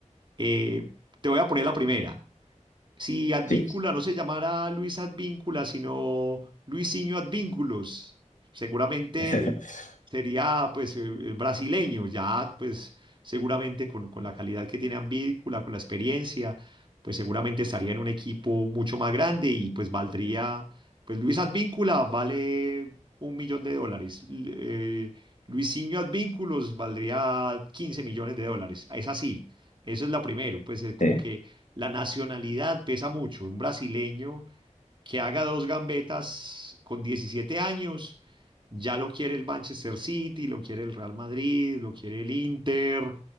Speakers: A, on the right; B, on the left.
A: Eh, te voy a poner la primera. Si Advíncula
B: Sí,
A: no se llamara Luis Advíncula, sino Luisinho Advínculos, seguramente
B: <laughs>
A: sería pues eh, eh, brasileño, ya pues seguramente con, con la calidad que tiene Advíncula, con la experiencia, pues seguramente estaría en un equipo mucho más grande y pues valdría, pues Luis Advíncula vale un millón de dólares. L- eh, Luisinho Advínculos valdría 15 millones de dólares. Es así, eso es lo primero, pues es como
B: sí,
A: que la nacionalidad pesa mucho. Un brasileño que haga dos gambetas con 17 años, ya lo quiere el Manchester City, lo quiere el Real Madrid, lo quiere el Inter.